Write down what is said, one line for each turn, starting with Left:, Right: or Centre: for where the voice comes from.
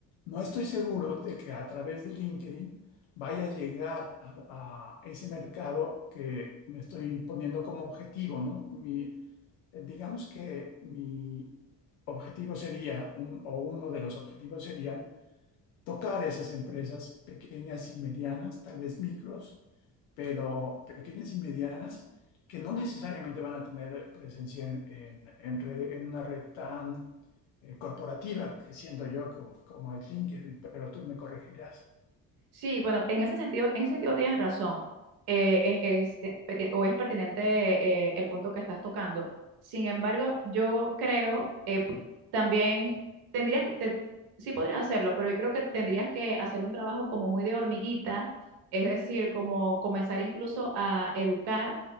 Left: no estoy seguro de que a través de LinkedIn vaya a llegar a, a ese mercado que me estoy poniendo como objetivo, ¿no? Mi, eh, digamos que mi objetivo sería, un- o uno de los objetivos serían, tocar esas empresas pequeñas y medianas, tal vez micros pero pequeñas y medianas que no necesariamente van a tener presencia en, en- en red- en una red tan eh, corporativa que siendo yo como, como es LinkedIn, pero tú me corregirás.
Right: Sí, bueno, en
Left: Sí,
Right: ese sentido, en ese sentido tienes razón. Eh, e- es, te- peti- o es pertinente eh, el punto que estás tocando. Sin embargo, yo creo eh, p- también tendrías que, te- sí podrías hacerlo, pero yo creo que tendrías que hacer un trabajo como muy de hormiguita, es decir, como comenzar incluso a educar